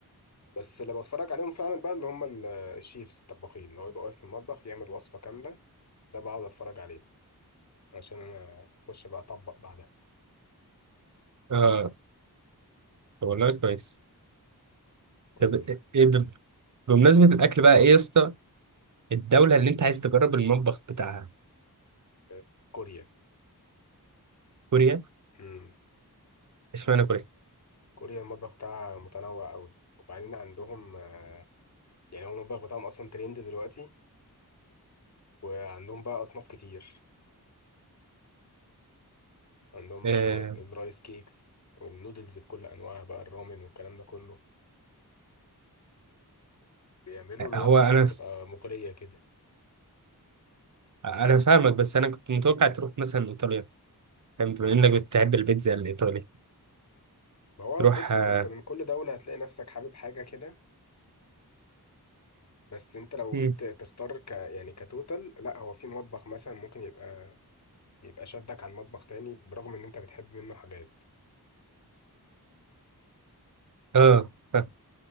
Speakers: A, on the left (about 45°); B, on the right (about 50°).
A: بس اللي بتفرج عليهم فعلا بقى اللي هم ال- الشيفز الطباخين اللي هو يبقى واقف في المطبخ يعمل وصفه كامله ده بقعد اتفرج عليه عشان انا اخش بقى اطبق بعدها
B: اه طب والله كويس طب
A: بس
B: ايه ب- بمناسبة الأكل بقى ايه يا اسطى الدولة اللي انت عايز تجرب المطبخ بتاعها
A: آه، كوريا
B: كوريا
A: مم.
B: اشمعنى كوريا؟
A: كوريا المطبخ بتاعها متنوع قوي وبعدين عندهم آه، يعني هو المطبخ بتاعهم اصلا ترند دلوقتي وعندهم بقى اصناف كتير عندهم
B: آه
A: شو الرايس كيكس والنودلز بكل انواعها بقى الرامن والكلام ده كله بيعملوا الوصفة
B: هو انا
A: بتبقى
B: ف...
A: مغرية كده
B: انا فاهمك بس انا كنت متوقع تروح مثلا ايطاليا فاهم؟ بما انك بتحب البيتزا الايطالي
A: ما هو
B: تروح
A: بص
B: اه
A: انت من كل دولة هتلاقي نفسك حابب حاجة كده بس انت لو
B: مم.
A: جيت تختار ك يعني كتوتال لا هو في مطبخ مثلا ممكن يبقى يبقى شدك عن مطبخ تاني برغم ان انت بتحب منه حاجات
B: اه فاهم.